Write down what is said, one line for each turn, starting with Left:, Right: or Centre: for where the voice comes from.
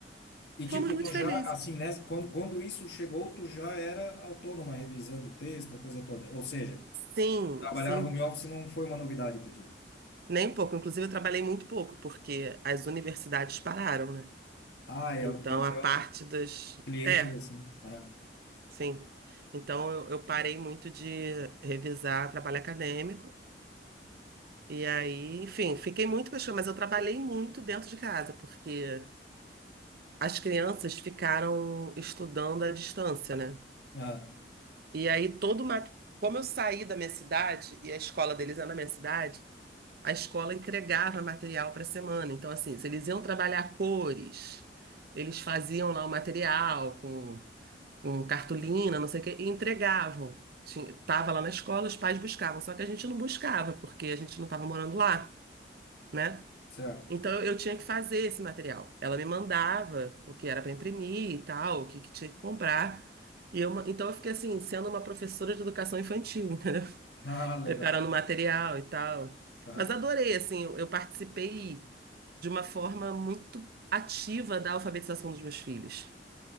Left: E
Right: Fomos
Left: tipo,
Right: muito
Left: tu
Right: felizes.
Left: já, assim, nessa, quando, quando isso chegou, tu já era autônoma revisando o texto, a coisa toda. Ou seja,
Right: Sim,
Left: trabalhar
Right: sim.
Left: no home office não foi uma novidade para ti.
Right: Nem um pouco. Inclusive, eu trabalhei muito pouco, porque as universidades pararam, né?
Left: Ah, é
Right: Então,
Left: o teu maior
Right: a parte das.
Left: cliente
Right: É,
Left: é esse, né? Ah,
Right: sim. Então, eu, eu parei muito de revisar trabalho acadêmico. E aí, enfim, fiquei muito com as crianças, mas eu trabalhei muito dentro de casa, porque as crianças ficaram estudando à distância, né?
Left: ah,
Right: E aí, todo uma. Como eu saí da minha cidade, e a escola deles é na minha cidade. a escola entregava material para a semana. Então, assim, se eles iam trabalhar cores, eles faziam lá o material com, com cartolina, não sei o quê, e entregavam. Tinha, tava lá na escola, os pais buscavam, só que a gente não buscava, porque a gente não estava morando lá, né?
Left: certo.
Right: Então eu eu tinha que fazer esse material. Ela me mandava o que era para imprimir e tal, o que, que tinha que comprar. E eu, ma- então eu fiquei assim, sendo uma professora de educação infantil, <laughs> entendeu?
Left: Ah, legal.
Right: preparando material e tal.
Left: Ah.
Right: Mas adorei, assim, eu, eu participei de uma forma muito ativa da alfabetização dos meus filhos.